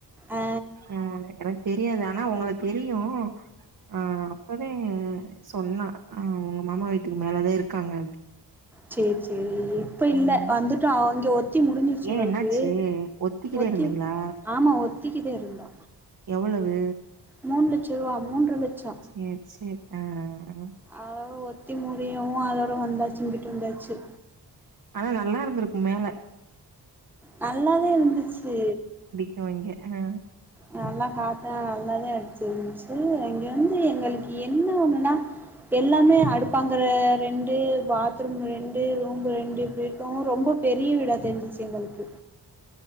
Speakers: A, in the centre; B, on the right (about 50°).
A: ஆ
B: ஆ எனக்கு தெரியாது ஆ ஆனா ஒங்கள தெரியு ஆ அப்பவே சொன்னா ஆ ஒங்க மாமா வீட்டுக்கு மேலதா இருக்காங்க அப்டி
A: ச்செரி ச்செரி இப்ப இல்ல
B: ம்
A: வந்துட்டோ அங்க ஒத் ஒத்தி முடிஞ்சிருச்சு
B: ஏ
A: எங்களுக்கு
B: என்னாச்சு ஒத்திக்கிட்டே
A: ஒத்தி
B: இருந்தீங்களா
A: ஆமா ஒத்திக்கிதே இருந்தோ
B: எவ்வளவு
A: மூணு லட்ச ரூவா மூன்ற லட்சோ
B: செரி சேரி ஆ
A: அதோட ஒத்தி முடியவு அதோட வந்தாச்சு இங்கிட்டு வந்தாச்சு
B: ஆனா நல்லா இருந்திருக்கும் மேல
A: நல்லாதே இருந்துச்சு
B: க்யோ இங்க ஆ
A: நல்லா காத்தா நல்லாதா அடிச்சிருந்துச்சு இங்க வந்து எங்களுக்கு என்ன ஒண்ணுன்னா எல்லாமே அடுப்பாங்கற ரெண்டு பாத்ரூம் ரெண்டு ரூம்பு ரெண்டு இப்டி இருக்கு ரொம்ப பெரிய விடா தெருஞ்சிச்சு எங்களுக்கு